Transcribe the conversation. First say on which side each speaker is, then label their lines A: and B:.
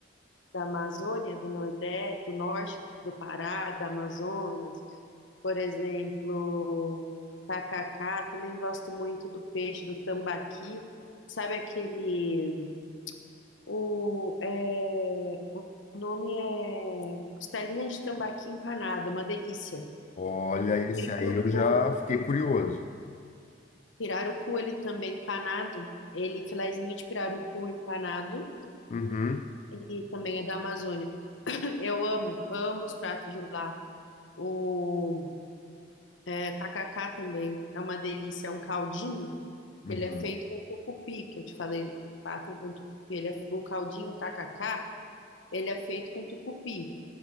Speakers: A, on the left; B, on the left.
A: da Amazônia, do Nordeste, do Norte, do Pará, da Amazonas. Por exemplo, tacacá, também gosto muito do peixe do tambaqui. Sabe aquele. O, é, o nome é costelinha de tambaqui empanada, uma delícia.
B: Olha,
A: O
B: esse
A: pirarucu,
B: aí eu já fiquei curioso.
A: pirarucu, ele também empanado, ele filezinho de pirarucu empanado,
B: Uhum,
A: e também é da Amazônia. <clears throat> Eu amo, amo os pratos de lá. O é, tacacá também é uma delícia, é um caldinho.
B: uhum.
A: Ele é feito com tucupi, que eu te falei, o pato com tucupi. Ele é, o caldinho, o tacacá, ele é feito com tucupi.